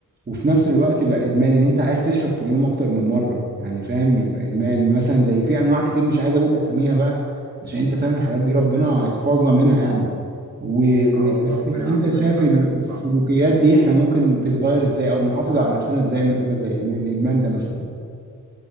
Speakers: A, on the right (about 30°); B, on the right (about 50°).
A: وفي نفس الوقت بقى ادمان
B: بالظبط
A: ان انت عايز تشرب في اليوم اكتر من مره يعني فاهم يبقى ادمان مثلا زي في انواع كتير مش عايز اقول اساميها بقى عشان انت فاهم الحاجات دي ربنا
B: اه
A: يحفظنا منها يعني و... و...
B: اه والله
A: بس
B: ربنا
A: انت
B: يعافينا
A: شايف
B: منها
A: ال-
B: الحاجات دي
A: السلوكيات
B: صعبه
A: دي احنا ممكن تتغير ازاي او نحافظ على نفسنا ازاي من حاجه زي من الادمان ده مثلا